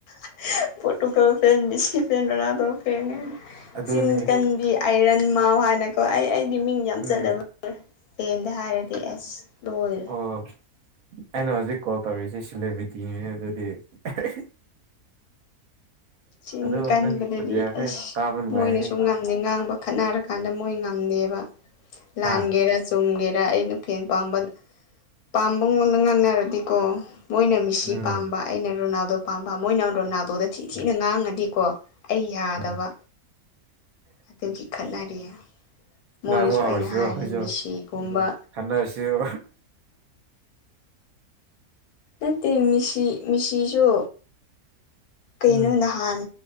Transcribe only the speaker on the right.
ꯑꯗꯨꯅꯦ
ꯎꯝ
ꯑꯣ ꯑꯩꯅ ꯍꯧꯖꯤꯛ ꯀꯣꯜ ꯇꯧꯔꯤꯁꯤ ꯁꯤꯂꯦꯕ꯭ꯔꯤꯇꯤꯅꯤꯅꯦ ꯑꯗꯨꯗꯤ <unintelligible>
ꯑꯗꯣ
ꯅꯪꯒꯤ ꯈꯣꯟꯖꯦꯜꯁꯦ
ꯇꯥꯕ ꯅꯨꯡꯉꯥꯏꯍꯦ
ꯍꯥ
ꯎꯝ
ꯎꯝ
ꯎꯝ
ꯉꯥꯡꯕ
ꯍꯧꯔꯁꯤꯔꯣ
ꯑꯩꯈꯣꯏꯁꯨ
ꯈꯟꯅꯔꯁꯤꯔꯣ
ꯎꯝ